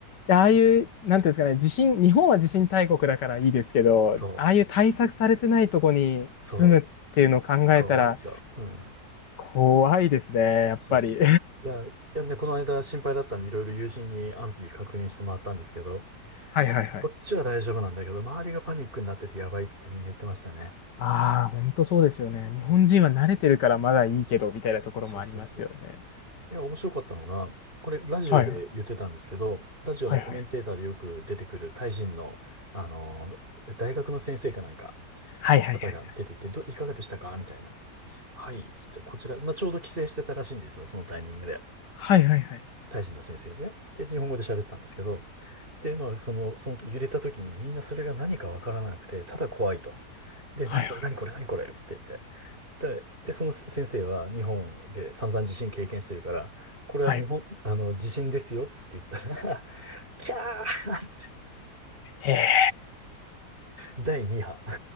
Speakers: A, on the left; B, on the right.
A: いやああいう、なんていうんですかね、地震、日本は地震大国だからいいですけど、
B: <laughs> そう。
A: ああいう対策されてないとこに住むっていうのを考えたら、
B: そうかわいさ。うん。
A: 怖いですね、やっぱり。
B: そう。いや、いやね、この間心配だったんで、いろいろ友人に安否確認してもらったんですけど、
A: <laughs> はいはいはい。
B: まこっちは大丈夫なんだけど、周りがパニックになっててやばいっつってみんな言ってましたね。
A: ああ、本当そうですよね。
B: うん。
A: 日本人は慣れてるからまだいいけど、みたいなところもありますよね。
B: そうそうそう。いや、面白かったのが、これラジオで言ってたんですけど、
A: はいはい。
B: ラジオのコメンテーターでよく出てくるタイ人の、
A: はいはい。
B: あの、大学の先生かなんか、
A: はいはいはい。
B: 方が出ていて、ど、いかがでしたかみたいな。はい、つって、こちら、まあ、ちょうど帰省してたらしいんですよ、そのタイミングで。
A: はいはいはい。
B: タイ人の先生でね。で、日本語で喋ってたんですけど、で、まあ、その、その揺れた時にみんなそれが何かわからなくて、ただ怖いと。で、
A: はい
B: 何これ、何これ、何これ、つって言って。で、で、その先生は日本で散々地震経験してるから、これは日本、
A: はい。
B: あの、地震ですよ、つって言ったら、<laughs> キャーって、
A: ええ
B: 第2